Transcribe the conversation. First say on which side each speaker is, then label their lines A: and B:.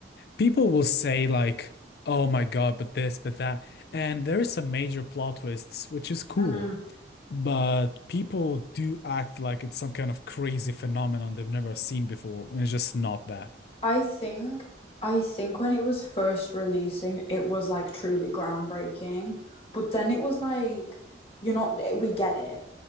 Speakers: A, on the left; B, on the left.
A: People will say like, "Oh my God, but this, but that," and there is some major plot twists, which is cool.
B: Mm.
A: But people do act like it's some kind of crazy phenomenon they've never seen before, and it's just not that.
B: I think I think when it was first releasing, it was like truly groundbreaking, but then it was like, you're not, eh, we get it.